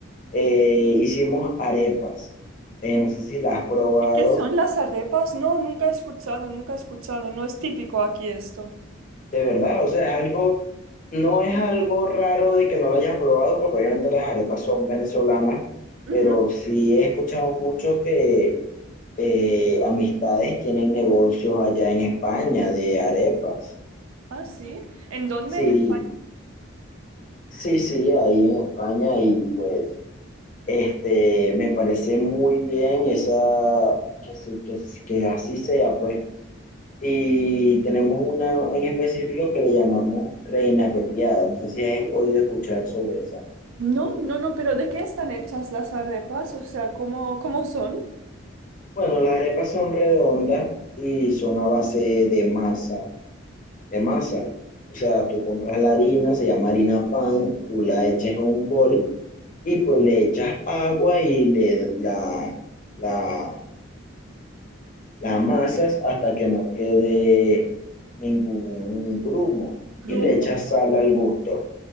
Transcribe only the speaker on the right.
¿Y qué son las arepas? No, nunca he escuchado, nunca he escuchado. No es típico aquí esto.
Ujú.
Ah, sí. ¿En dónde?
en Espa-
No, no, no, pero ¿de qué están hechas las arepas? O sea, ¿cómo, cómo son?
Grumo,
vale.